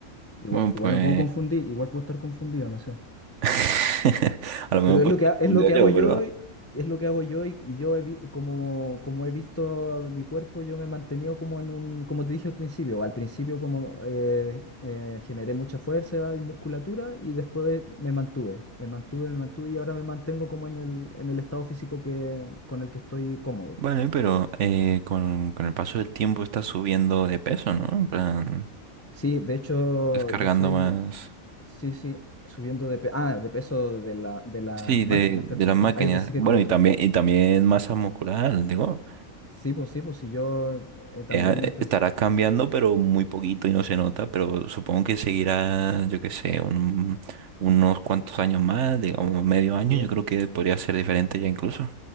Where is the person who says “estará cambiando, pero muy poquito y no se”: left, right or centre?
Right